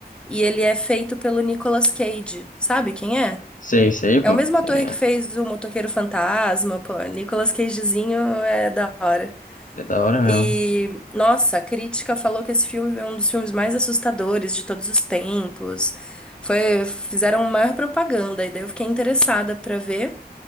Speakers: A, in the centre; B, on the left.
A: E ele é feito pelo Nicolas Cage. Sabe quem é?
B: Sei, sei,
A: É
B: pô.
A: o mesmo
B: Sei
A: ator
B: que é,
A: que fez o Motoqueiro Fantasma, pô. Nicolas Cagezinho é da hora.
B: é da hora
A: E,
B: mesmo.
A: nossa, a crítica falou que esse filme é um dos filmes mais assustadores de todos os tempos. Foi, fizeram maior propaganda, e daí eu fiquei interessada pra ver,